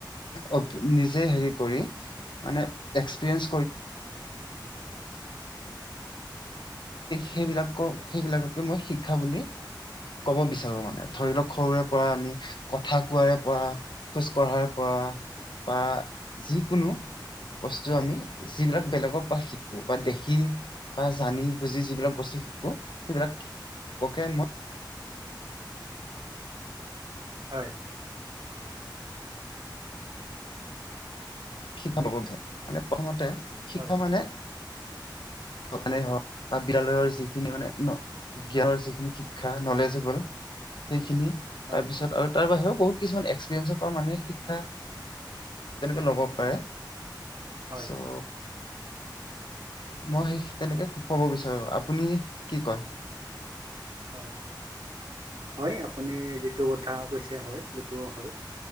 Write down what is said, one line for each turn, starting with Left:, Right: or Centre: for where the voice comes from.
Left: অ নিজে হেৰি কৰি মানে গ সেইবিলাককে মই শিক্ষা বুলি কব বিচাৰো মানে ধৰি লওক সৰুৰে পৰা আমি কথা কোৱাৰে পৰা খোজ কঢ়াৰে পৰা বা যিকোনো বস্তু আমি যিবিলাক বেলেগৰ পৰা শিকো বা দেখি বা জানি বুজি যিবিলাক বস্তু শিকো এইবিলাক ককে মই
Right: হয়
Left: শিক্ষা বি মানে প্ৰথমতে শিক্ষা
Right: হয়
Left: মানে
Right: <inaudible>
Left: হওক বা বিয়ালয়ৰ যিখিনি মানে জ্ঞানৰ যিখিনি শিক্ষা নলেজবল সেইখিনি
Right: হয়
Left: তাৰপিছত আৰু তাৰ বাহিৰেও বহুত কিছুমান এক্স মানুহে শিক্ষা তেনেকে লব পাৰে
Right: হয়
Left: ছ' মই সেই তেনেকে ক'ব বিচাৰোঁ আপুনি কি কয়
Right: অ হয় আপুনি যিটো কথা কৈছে হয় সেইটোও হয়